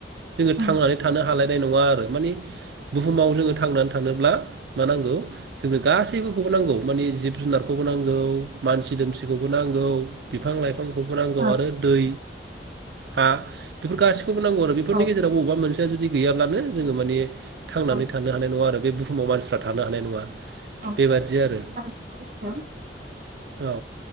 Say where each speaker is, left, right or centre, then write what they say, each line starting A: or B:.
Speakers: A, on the right (about 70°); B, on the right (about 50°).
A: जोङो
B: उम
A: थांनानै थानो हालाय नुवा आरो माने बुहुमाव थांना थानोब्ला मा नांगौ जोंनो गासैखौबो नांगौ मानि जिब जुनारखौबो नांगौ मानसि दुमसिखौबो नांगौ बिफां लाइफां नांगौ
B: ओ
A: आरो दै हा? बेफोर गासैखौबो नांगौ आरो बेफोरनि
B: ओ
A: गेजेराव बबेबा मोनसे जु दि गैयाब्लानो जोङो माने थांनानै
B: औ
A: थानो हानाय नङा आरो। बे बुहुमाव मानसिफ्रा थानो हानाय नङा।
B: औ
A: बेबादि
B: थारैनो
A: आरो
B: सैथो।
A: औ